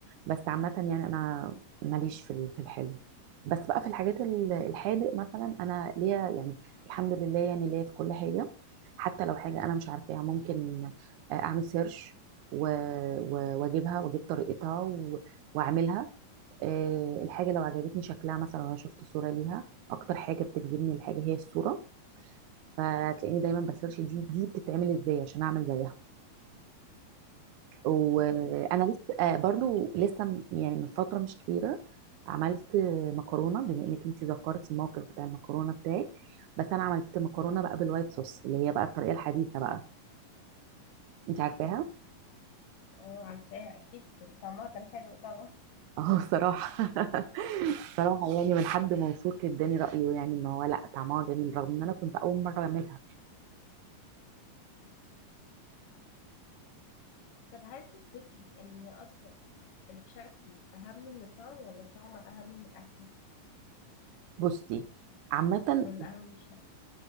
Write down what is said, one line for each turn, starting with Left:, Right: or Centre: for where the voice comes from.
Right: بس عامه يعني انا ماليش في ال- في الحلو بس بقى في الحاجات ال- الحادق مثلا انا ليا يعني الحمد لله يعني ليا في كل حاجه حتى لو حاجه انا مش عارفاها ممكن اعمل سيرش و- و- واجيبها واجيب طريقتها و- واعملها آه، الحاجه لو عجبتني شكلها مثلا وانا شفت صوره ليها اكتر حاجه بتجذبني الحاجه هي الصوره فتلاقيني دايما بسيرش دي دي بتتعمل ازاي عشان اعمل زيها وانا
Left: اكيد
Right: لسه آه، برضو لسه م- يعني من فتره مش كبيره عملت مكرونه بما انك انت ذكرت الموقف بتاع المكرونه بتاعك بس انا عملت مكرونه بقى بالوايت صوص اللي هي بقى الطريقه الحديثه بقى انت عارفاها
Left: اه عارفاها اكيد طعمها كان حلو طبعا
Right: اه صراحه <laughs> صراحه يعني من حد موثوق اداني رايه يعني ان هو لا طعمها جميل رغم ان انا كنت اول مره اعملها
Left: طب هل تفتكري ان اصلا الشكل اهم من الطعم ولا الطعم اهم من الاكل
Right: بصي عامه
Left: ولا اهم من الشكل